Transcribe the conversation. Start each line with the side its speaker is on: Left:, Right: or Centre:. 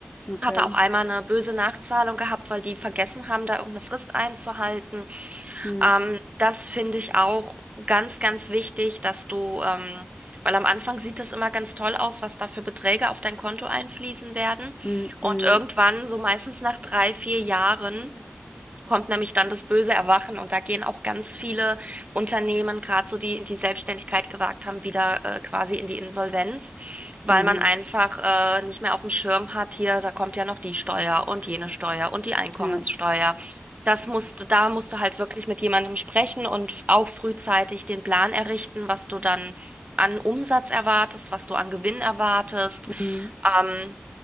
Left: okay.
Right: Hatte auch einmal eine böse Nachzahlung gehabt, weil die vergessen haben, da irgendeine Frist einzuhalten.
Left: Mm,
Right: Ähm, das finde ich auch ganz, ganz wichtig, dass du, ähm, weil am Anfang sieht das immer ganz toll aus, was da für Beträge auf dein Konto einfließen werden.
Left: mm,
Right: Und
Left: mm.
Right: irgendwann, so meistens nach drei, vier Jahren, kommt nämlich dann das böse Erwachen und da gehen auch ganz viele Unternehmen, gerade so die die Selbstständigkeit gewagt haben, wieder äh, quasi in die Insolvenz, weil
Left: Mhm.
Right: man einfach äh, nicht mehr auf dem Schirm hat, hier, da kommt ja noch die Steuer und jene Steuer und die Einkommenssteuer.
Left: Ja.
Right: Das musst du, da musst du halt wirklich mit jemandem sprechen und auch frühzeitig den Plan errichten, was du dann an Umsatz erwartest, was du an Gewinn erwartest.
Left: Mhm.
Right: Ähm,